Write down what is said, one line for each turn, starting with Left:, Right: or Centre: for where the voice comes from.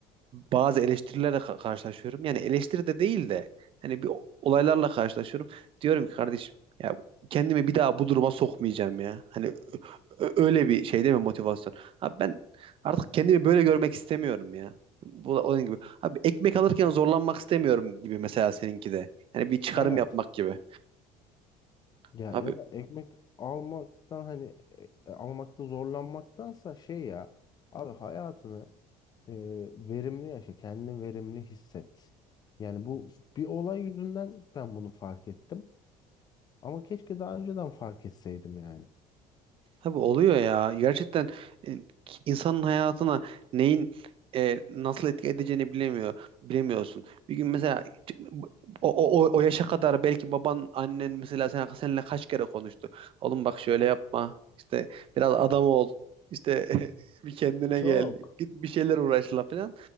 Right: bazı eleştirilerle ka- karşılaşıyorum. Yani eleştiri de değil de hani bir olaylarla karşılaşıyorum. Diyorum ki kardeşim ya kendimi bir daha bu duruma sokmayacağım ya. Hani Ö- Öyle bir şey değil mi motivasyon? Abi ben artık kendimi böyle görmek istemiyorum ya. Bu da onun gibi. Abi ekmek alırken zorlanmak istemiyorum gibi mesela seninki de. Yani bir çıkarım
Left: Evet.
Right: yapmak gibi.
Left: Ya
Right: Abi
Left: ya da ekmek almaktan hani e, almakta zorlanmaktansa şey ya abi hayatını e, verimli yaşa, kendini verimli hisset. Yani bu bir olay yüzünden ben bunu fark ettim. Ama keşke daha önceden fark etseydim yani.
Right: Abi oluyor ya. Gerçekten e, insanın hayatına neyin e, nasıl etki edeceğini bilemiyor. Bilemiyorsun. Bir gün mesela o, o, o o yaşa kadar belki baban, annen mesela sen, seninle kaç kere konuştu. Oğlum bak şöyle yapma. İşte biraz adam ol. İşte <laughs> bir kendine
Left: Çok.
Right: gel. Git bir şeyler uğraşla falan.